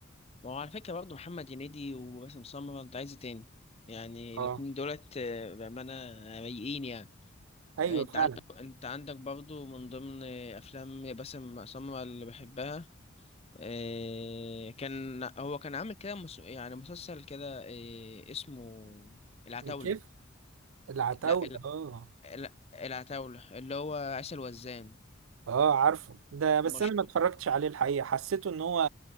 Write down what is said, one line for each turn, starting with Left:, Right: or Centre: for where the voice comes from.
Left: وعلى فكره برضه محمد هنيدي وباسم سمرة انت عايز إيه تاني يعني
Right: اه
Left: الاتنين دولت آه، بامانه رايقين يعني
Right: ايوه
Left: آه، انت
Right: فعلا
Left: عندك انت عندك برضه من ضمن آه، افلام باسم سمرة اللي بحبها آه، كان هو كان عامل كده مس... يعني مسلسل كده آه، اسمه العتاوله
Right: الكيف العتاوله
Left: لا ال...
Right: اه
Left: لا العتاوله اللي هو عسل وزان
Right: اه عارفه ده بس
Left: مشهور
Right: انا ما اتفرجتش عليه الحقيقه حسيته ان هو